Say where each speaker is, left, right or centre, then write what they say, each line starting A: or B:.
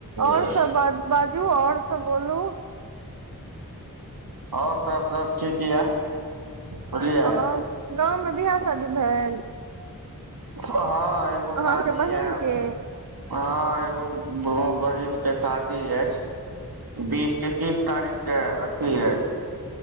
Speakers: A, on the right; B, on the right.
A: और
B: यऽ।
A: सभ ब बाजू आ और सभ बोलू
B: आ और सब सब ठीक य य बुझलिय
A: और गाँव में बिवाह शादी भेल
B: हँ एगो शादी
A: अहाँके बहिन
B: एय
A: के
B: हँ एगो बहिन के शादी अछि बिस ऐकैश तारीख के अथी अछि